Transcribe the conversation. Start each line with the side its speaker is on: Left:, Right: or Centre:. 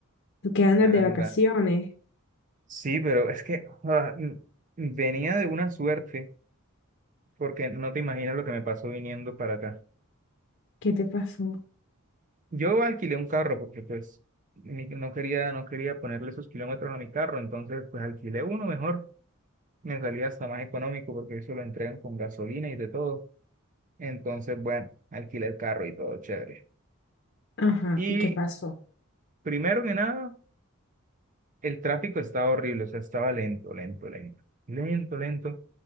Left: ¿Tú qué andas
Right: Anda.
Left: de vacaciones?
Right: Sí, pero es que ah, m- venía de una suerte. porque no te imaginas lo que me pasó viniendo para acá.
Left: ¿Qué te pasó?
Right: Yo alquilé un carro porque pues ni- no quería, no quería ponerle esos kilómetros a mi carro, entonces pues alquilé uno mejor, me salía hasta más económico porque eso lo entregan con gasolina y de todo. Entonces, bueno, alquilé el carro y todo chévere.
Left: Ajá,
Right: Y
Left: ¿y qué pasó?
Right: primero que nada, el tráfico estaba horrible, o sea, estaba lento, lento, lento, lento, lento.